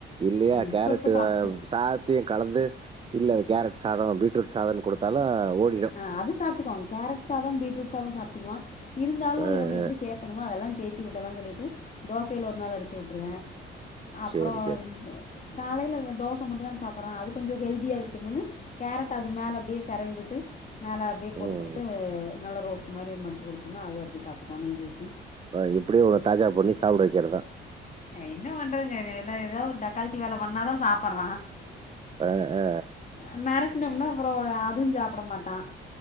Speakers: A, on the right; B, on the left.
A: இல்லையா
B: ஆ இப்ப
A: கேரட்டு
B: இப்ப சாப்ட்டு
A: சாத் த்தியு கலந்து இல்ல அது கேரட் சாதோ பீட்ரூட் சாதோனு குடுத்தாலு ஓடிடு
B: அ அது சாப்டுக்குவாங் கேரட் சாதம் பீட்ரூட் சாதொ சாப்டுக்குவா இருந்தாலு
A: அ, அ.
B: நம்ம எப்டி சேத் த்தனுமோ அதெல்லா சேத்தி விட்டலானு சொல்லிட்டு தோசேல ஒரு நாள் அடிச்சு வுட்டுருவே அப்றோ
A: சரி, சரி.
B: ம் அ காலேல இவே தோச மட்டு தான சாப்றா அது கொஞ்சோ ஹெல்தியா இருக்கட்டுமேனு கேரட் அது மேல அப்டியே செரவி விட்டு மேலே அப்டியே போட்டு
A: ம்.
B: குடுத்து நல்லா ரோஸ்டு மாரி மடிச்சு குடுத்துடோம்னா அது அப்டி சாப்டுகுவா நெய்ஊத்தி
A: அ எப்டியே ஒன தாஜாபண்ணி சாப்ட வக்கிறதா
B: என்ன பண்றதுங்க இனி இல்லா ஏதாவ் ஒரு டக்கால்ட்டி வேல பண்ணாதா சாப்பறா
A: அ அ
B: அமெரட்னம்னா அப்பறோ அது சாப்ட மாட்டா